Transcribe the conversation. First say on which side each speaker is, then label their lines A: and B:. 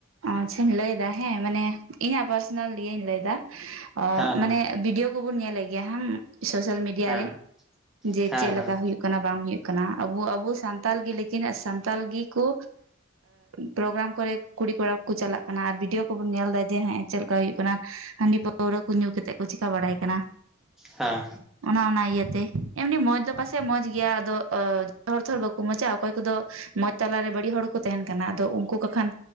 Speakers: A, on the right; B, in the centre.
A: ᱟᱪᱪᱷᱟᱧ ᱞᱟᱹᱭ ᱮᱫᱟ ᱦᱮᱸ ᱢᱟᱱᱮ ᱤᱧᱟᱹᱜ ᱯᱟᱨᱥᱚᱱᱟᱞ ᱤᱭᱟᱹᱧ ᱞᱟᱹᱭ ᱮᱫᱟ
B: ᱦᱮᱸ ᱦᱮᱸ
A: ᱢᱟᱱᱮ ᱵᱷᱤᱰᱤᱭᱳ ᱠᱚᱵᱚᱱ ᱧᱮᱞᱮᱫ ᱜᱮᱭᱟ ᱦᱮᱸ ᱥᱳᱥᱟᱞ ᱢᱤᱰᱤᱭᱟ
B: ᱦᱮᱸ
A: ᱨᱮ ᱡᱮ
B: ᱦᱮᱸ
A: ᱪᱮᱫ
B: ᱦᱮᱸ
A: ᱞᱮᱠᱟ ᱦᱩᱭᱩᱜ ᱠᱟᱱᱟ ᱠᱟᱱᱟ ᱵᱟᱝ ᱦᱩᱭᱩᱜ ᱠᱟᱱᱟ ᱟᱵᱚ ᱟᱵᱚ ᱥᱟᱱᱛᱟᱞ ᱜᱮ ᱞᱮᱠᱤᱱᱟᱜ ᱥᱟᱱᱛᱟᱞ ᱜᱮ ᱠᱩ ᱯᱨᱳᱜᱮᱨᱟᱢ ᱠᱚᱨᱮ ᱠᱩᱲᱤ ᱠᱚᱲᱟ ᱠᱚ ᱪᱟᱞᱟᱜ ᱠᱟᱱᱟ ᱟᱨ ᱵᱷᱤᱰᱤᱭᱳ ᱠᱚᱵᱚᱱ ᱧᱮᱞ ᱮᱫᱟ ᱡᱮ ᱦᱮᱸ ᱪᱮᱞᱮᱠᱟ ᱦᱩᱭᱩᱜ ᱠᱟᱱᱟ ᱦᱟᱺᱰᱤ ᱯᱟᱹᱣᱨᱟᱹ ᱠᱚ ᱧᱩᱸ ᱠᱟᱛᱮ ᱠᱚ ᱪᱤᱠᱟ ᱵᱟᱲᱟᱭ ᱠᱟᱱᱟ᱾
B: ᱦᱮᱸ
A: ᱚᱱᱟ ᱚᱱᱟ ᱤᱭᱟᱹᱛᱮ ᱮᱢᱱᱤ ᱢᱚᱸᱡᱽ ᱫᱚ ᱯᱟᱥᱮᱡ ᱢᱚᱸᱡᱽ ᱜᱮᱭᱟ ᱟᱫᱚ ᱡᱚᱛᱚ ᱦᱚᱲ ᱛᱚ ᱵᱟᱠᱚ ᱢᱚᱸᱡᱟ ᱚᱠᱚᱭ ᱠᱚᱫᱚ ᱢᱚᱸᱡᱽ ᱛᱟᱞᱟᱨᱮ ᱵᱟᱹᱲᱤᱡ ᱦᱚᱲᱠᱚ ᱛᱟᱦᱮᱱ ᱠᱟᱱᱟ ᱟᱫᱚ ᱩᱱᱠᱩ ᱠᱚᱠᱷᱟᱱ